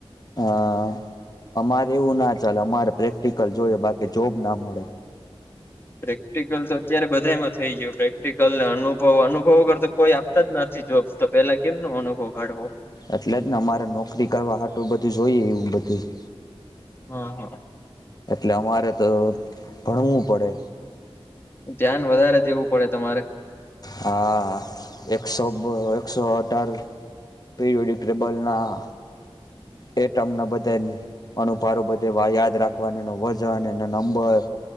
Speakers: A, on the left; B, on the left.
A: હા, અમારે એવું ના ચાલે અમારે પ્રેક્ટિકલ જોયએ બાકી જોબ ના મળે.
B: પ્રેક્ટિકલ તો અત્યારે બધામાં થઇ ગ્યું. પ્રેક્ટિકલ ને અનુભવ. અનુભવ વગર તો કોઈ આપતા જ નથી જોબ. તો પેલા કેમનો અનુભવ કાઢવો?
A: એટલે જ ને અમારે નોકરી કરવા હાટું બધું જોઈએ એવું બધુંય.
B: અહ
A: એટલે અમારે તો ભણવું પડે.
B: ધ્યાન વધારે દેવું પડે તમારે.
A: હા. એકસો બ એકસો અઢાર પીરિઓડિક્ટબલના એ ટર્મના બધાયન અનુભારું બધે વા યાદ રાખવાનો એનો વજન, એનો નંબર